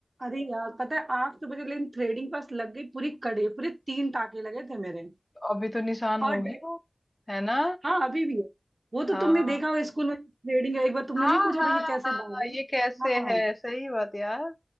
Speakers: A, on the right; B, on the left.
A: अरे यार पता है आग तो बच गई लेकिन थ्रेडिंग पास लग गई पूरी कड़े पूरे तीन टाके लगे थे मेरे
B: अभी तो निशान
A: और
B: होगी
A: डर
B: वो है ना
A: हाँ अभी भी है वो तो
B: हाँ
A: तुमने देखा हो स्कूल में थ्रेडिंग एक बार तुमने
B: हाँ
A: नहीं पूछा
B: हाँ
A: था ये कैसे
B: हाँ
A: दाग है?
B: ये कैसे
A: हाँ
B: है सही बात यार